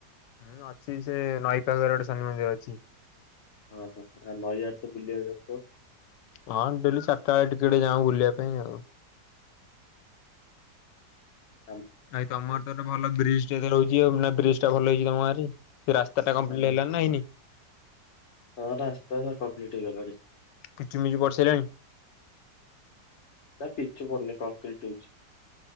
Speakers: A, on the left; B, on the left.
A: ହୁଁ ଅଛି, ସେ ନଈ ପାଖରେ ଗୋଟେ ଶନି ମନ୍ଦିର ଅଛି।
B: ହଁ ହୋ, ନଈଆଡେ ତ ବୁଲିିବାକୁ ଯାଉଥିବ?
A: ହଁ ଡେଲି ଚାରିଟା ବେଳେ ଟିକେ ଟିକେ ଯାଉ ବୁଲିବା ପାଇଁ ଆଉ।
B: ଅହ
A: ଭାଇ ତମର ଗୋଟେ ଭଲ ବ୍ରିଜ ଟେ <unintelligible> ନା ବ୍ରିଜ ଟା ଭଲ ହେଇଛି ତମ ଗାଁରେ। ସେ ରାସ୍ତା ଟା କମ୍ପ୍ଲିଟ
B: ହଁ।
A: ହେଲା ନା ହେଇନି?
B: ହଁ ରାସ୍ତାଟା କମ୍ପ୍ଲିଟ ହେଇଗଲାଣି।
A: ପିଚୁମିଚୁ ପଡି ସାଇଲାଣି?
B: ନା ପିଛୁ ପଡ଼ୁନି କଂକ୍ରିଟ୍ ହୋଉଛି।